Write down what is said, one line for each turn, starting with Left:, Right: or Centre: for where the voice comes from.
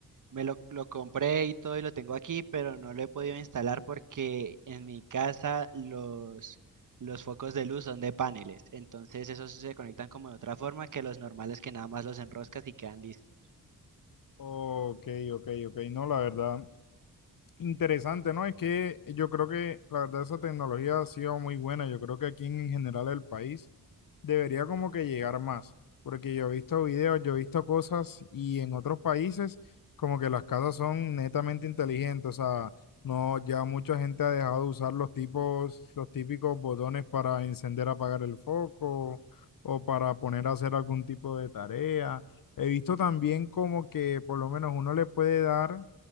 Right: me lo, lo compré y todo y lo tengo aquí, pero no lo he podido instalar porque en mi casa los, los focos de luz son de paneles, entonces esos se conectan como de otra forma que los normales que nada más los enroscas y quedan listos.
Left: ok, ok, ok. No, la verdad, Interesante, ¿no? Es que yo creo que la verdad esa tecnología ha sido muy buena. Yo creo que aquí en general el país debería como que llegar más, porque yo he visto videos, yo he visto cosas y en otros países como que las casas son netamente inteligentes, o sea, no, ya mucha gente ha dejado de usar los tipos, los típicos botones para encender, apagar el foco o para poner a hacer algún tipo de tarea. He visto también como que por lo menos uno le puede dar